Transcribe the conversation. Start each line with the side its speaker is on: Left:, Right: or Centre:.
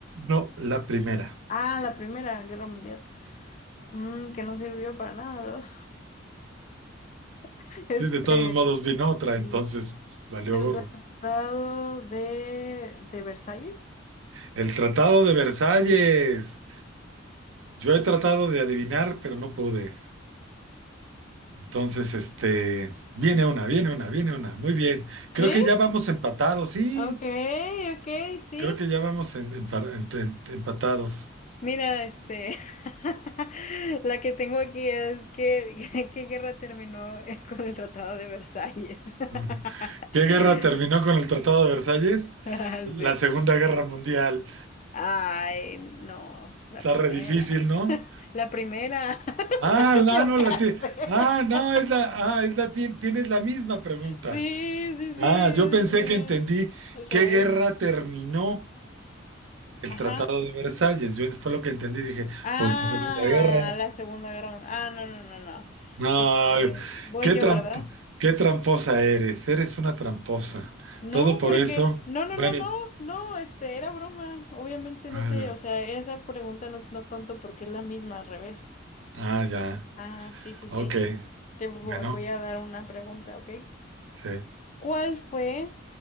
Right: No, la primera.
Left: Ah, la Primera Guerra Mundial. Mm, que no sirvió para nada, ¿verdad? <laughs> Este,
Right: Sí, de todos modos vino otra,
Left: Sí.
Right: entonces valió
Left: el
Right: gorro.
Left: Tratado de, de Versalles.
Right: El Tratado de Versalles. Yo he tratado de adivinar, pero no pude. Entonces, este, viene una, viene una, viene una. Muy bien.
Left: ¿Sí?
Right: Creo que ya vamos empatados, sí.
Left: Ok, ok, sí.
Right: Creo que ya vamos en- empa- en- en- empatados.
Left: Mira, este, <laughs> la que tengo aquí es que, <laughs> ¿qué guerra terminó <laughs> eh, con el Tratado de Versalles? <laughs>
Right: <laughs> ¿Qué guerra terminó con el Tratado de Versalles?
Left: <laughs>
Right: La
Left: Sí.
Right: Segunda Guerra Mundial.
Left: Ay, no, la
Right: Está
Left: primera.
Right: re difícil, ¿no?
Left: <laughs> La primera. <laughs>
Right: Ah,
Left: Te equivocaste.
Right: no, no, la ti- Ah, no,
Left: <laughs>
Right: es la, ah, es la ti- tienes la misma pregunta.
Left: Sí, sí, sí.
Right: Ah,
Left: es,
Right: yo pensé
Left: eh,
Right: que entendí
Left: al
Right: qué
Left: revés.
Right: guerra terminó el
Left: Ajá.
Right: Tratado de Versalles. Yo fue lo que entendí, dije,
Left: Ah,
Right: pues la Segunda Guerra.
Left: la Segunda Guerra Mundial. Ah, no, no, no, no.
Right: No,
Left: Este, voy
Right: qué
Left: yo,
Right: trampa,
Left: ¿verdad?
Right: qué tramposa eres, eres una tramposa.
Left: No,
Right: Todo por
Left: porque.
Right: eso.
Left: No, no,
Right: Bueno,
Left: no, no. No, este, era broma. Obviamente no
Right: ah,
Left: te.
Right: ya.
Left: O sea, esa pregunta no, no conto porque es la misma al revés.
Right: Ah, ya.
Left: Ajá, sí, sí, sí.
Right: Ok.
Left: Te vo-
Right: Bueno,
Left: voy a dar una pregunta, ¿ok?
Right: sí.
Left: ¿Cuál fue